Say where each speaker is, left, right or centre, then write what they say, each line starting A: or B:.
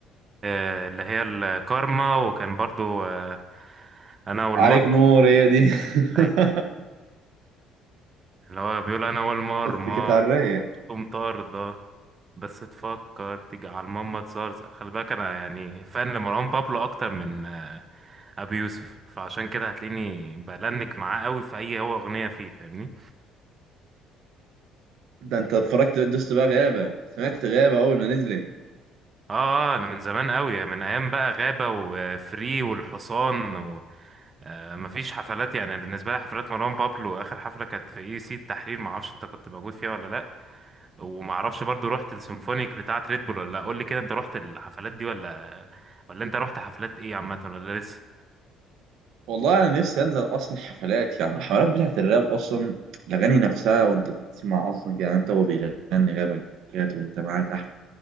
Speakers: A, on the right; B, on the right.
A: آه، اللي هي الكارما وكان برضو آه، انا والمرمى
B: عليك نور هي دي <laughs>
A: أيوة، اللي هو بيقول انا والمرمى
B: بس كانت على الرايق
A: تقوم طاردة بس تفكر تيجي على الماما تزرزق خلي بالك انا يعني فان لمروان بابلو اكتر من آه، ابي يوسف فعشان كده هتلاقيني بلنك معاه قوي في اي هو اغنية فيه فاهمني
B: ده انت اتفرجت دوست بقى غابه سمعت غابه اول ما نزلت
A: اه آه، انا من زمان قوي من ايام بقى غابة وفري والحصان و... آه، مفيش حفلات يعني بالنسبة لي حفلات مروان بابلو آخر حفلة كانت في اي سي التحرير معرفش انت كنت موجود فيها ولا لأ ومعرفش برضو رحت السيمفونيك بتاعة ريد بول ولا لا قول لي كده انت رحت الحفلات دي ولا ولا انت رحت حفلات ايه عامة ولا لسه
B: والله انا نفسي انزل اصلا حفلات يعني الحفلات بتاعت الراب اصلا الاغاني نفسها وانت بتسمع اصلا يعني انت وهو بيغني غابه كده وانت معاه تحت